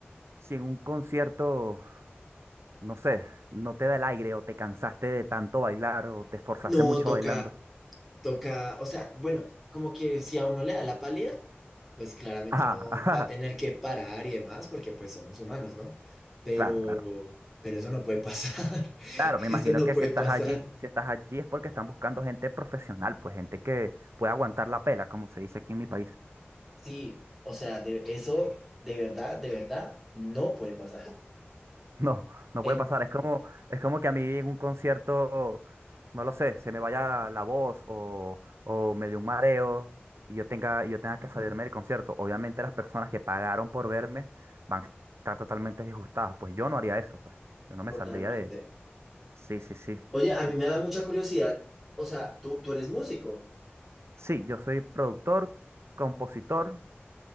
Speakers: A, on the right; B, in the centre.
A: Si en un concierto, no sé, no te da el aire o te cansaste de tanto bailar o te esforzaste
B: No,
A: mucho
B: toca
A: bailando. <laughs>
B: Toca, o sea, bueno, como que si a uno le da la pálida, pues claramente
A: Ah,
B: uno
A: ajá,
B: va a tener que parar y demás, porque pues somos humanos, ¿no? Pero,
A: claro, claro.
B: pero eso no puede pasar, <laughs>
A: Claro, me
B: eso
A: imagino
B: no
A: que
B: puede
A: si estás
B: pasar.
A: allí, si estás allí es porque están buscando gente profesional, pues gente que pueda aguantar la pela, como se dice aquí en mi país. <laughs>
B: Sí, o sea, de, eso de verdad, de verdad, no puede pasar.
A: No, no
B: En,
A: puede pasar. Es como, es como que a mí en un concierto no lo sé, se me vaya la voz o, o me dé un mareo y yo tenga, y yo tenga que salirme del concierto. Obviamente las personas que pagaron por verme van a estar totalmente disgustadas. Pues yo no haría eso, pues. Yo no me
B: totalmente.
A: saldría de... Sí, sí, sí.
B: Oye, a
A: Y
B: mí me da mucha curiosidad, o sea, tú, tú eres músico.
A: sí, yo soy productor, compositor